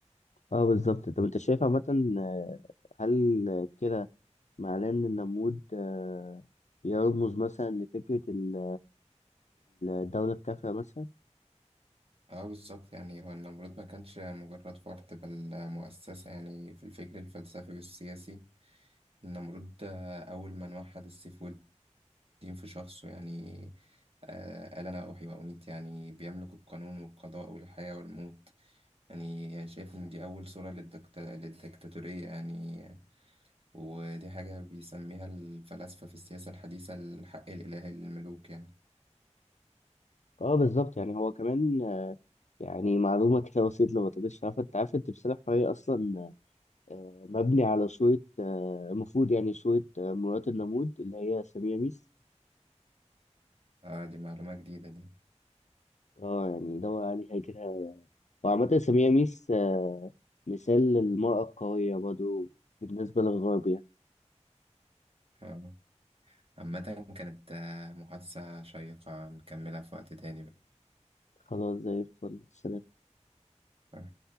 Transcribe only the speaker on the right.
اه بالظبط يعني هو النمرود ما كانش مجرد فرد بل مؤسسة يعني في الفكر الفلسفي والسياسي النمرود ده أول من وحد السيف والدين في شخصه يعني آه، قال أنا أحيي وأميت يعني بيملك القانون والقضاء والحياة والموت يعني شايف إن دي أول صورة للدكت- للدكتاتورية يعني ودي حاجة بيسميها الفلاسفة في السياسة الحديثة الحق الإلهي للملوك يعني
اه دي معلومة جديدة دي
اه عامة كانت آه، محادثة شيقة نكملها في وقت تاني بقى
آه.